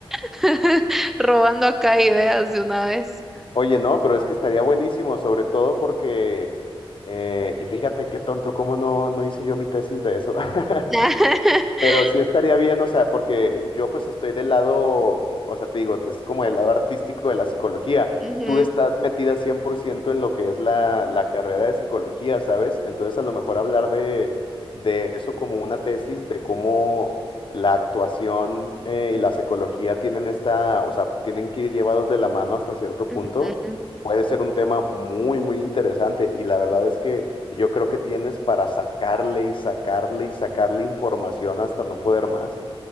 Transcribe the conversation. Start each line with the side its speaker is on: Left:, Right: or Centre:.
Centre: <laughs> Robando acá ideas de una vez.
Left: Oye, no, pero es que estaría buenísimo, sobre todo porque, eh, y fíjate qué tonto, cómo no, no hice yo mi tesis de eso. <laughs>
Centre: <laughs>
Left: Pero sí estaría bien, o sea, porque yo pues estoy del lado, o sea, te digo, es como el lado artístico de la psicología.
Centre: Ujú,
Left: Tú estás metida 100% en lo que es la, la carrera de psicología, ¿sabes? Entonces a lo mejor hablar de, de eso como una tesis, de cómo la actuación eh, y la psicología tienen esta, o sea, tienen que ir llevados de la mano hasta cierto
Centre: ujú.
Left: punto, puede ser un tema muy, muy interesante. Y la verdad es que... Yo creo que tienes para sacarle y sacarle y sacarle información hasta no poder más.